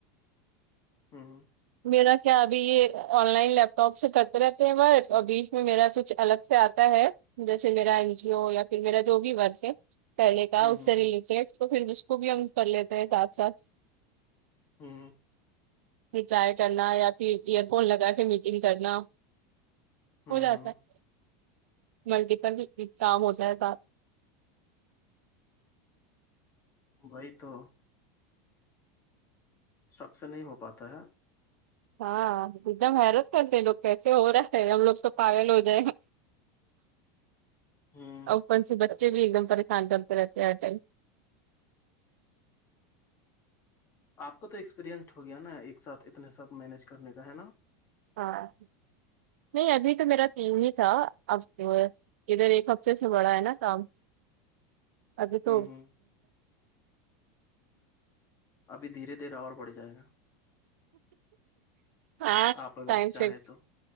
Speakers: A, on the left; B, on the right.
A: ہوں
B: میرا کیا ابھی یہ آن لائن لیپ ٹاپ سے کرتے رہتے ہیں ب اور بیچ میں میرا سچھ الگ سے آتا ہے جیسے میرا این جی او یا پھر میرا جو بھی ورگ ہے پہلنے کا
A: ہوں
B: اس
A: ہوں
B: سے
A: ہوں
B: ریلیز ہے تو پھر ج کو بھی ہم کر لیتے ہیں ساتھ ساتھ
A: ہوں
B: رپلائی کرنا یا پھر ایئر فون لگا کے میٹنگ کرنا
A: ہوں
B: ہو جاتسا
A: ہوں
B: ہے ملٹیپل کام ہو جائے سات
A: وہی تو سب سے نہیں ہو پاتا ہے
B: ہاں ایک دم حیرت کرتے لوگ کیسے ہو رہا ہے ہم لوگ تو پاگل ہو جائےیں گ
A: ہوں
B: اوپن سے بچے بھی ایک دم پریشان چتے رہتے ہیں ہر ٹائم
A: آپ کو تو ایکسپیریئنسڈ ہو گیا نا ایک ساتھ اتنے سب مینج کرنے کا ہے نا
B: ہاں نہیں ابھی تو میرا تیو ہی تھا اب ادھر ایک ہفتے سے بڑا ہے نا کام ابھی تو
A: ہوں ہوں ابھی دھیرے دھیرے اور بڑھ جائے گا
B: ہاں
A: آپ اگر
B: ٹائم
A: چاہیں
B: سیٹ
A: تو